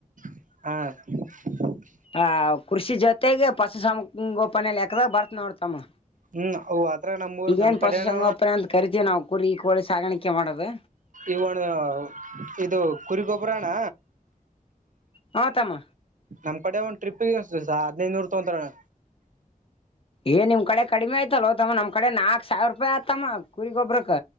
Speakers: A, on the right; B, on the left.
A: ಹ
B: ಹಾ ಕೃಷಿ ಜೊತೆಗೆ ಪಶು ಸಂಗೋಪನೆೆಯಲ್ಲಿ ಎಕದ ಬರ್ತ್ ನೋಡ್ತಮ್ಮ
A: ಹ್ಮ್ ಅವು ಅದ್ರ ನಮ್ಮೂರ್
B: ಈಗೇನ್
A: ನಮ್ ಕಡೆನ
B: ಪಸು ಸಂಗಪ್ರ ಅಂತ ಕರಿತೀ ನಾವು ಕುರಿ ಕೋಳಿ ಸಾಗಾಣಿಕೆ ಮಾಡೋದು
A: ಇವರು ಇದು ಕುರಿಗೊಬ್ಬರಣ್ಣ
B: ಹಾ ತಮ್ಮ
A: ನಮ್ ಕಡೆ ಒಂದ್ ಟ್ರಿಪ್ ಸ್ ಹದ್ನೈದನೂರ್ ತೊಂತಾರಣ್ಣ
B: ಏನ್ ನಿಮ್ ಕಡೆ ಕಡಿಮೆ ಆಯ್ತಲ್ಲ ತಮ್ಮ ನಮ ಕಡೆ ನಾಲ್ಕ್ ಸಾವಿರ ರೂಪಾಯಿ ಆತಮ್ಮ ಕುರಿಗೊಬ್ಬ್ರಕ್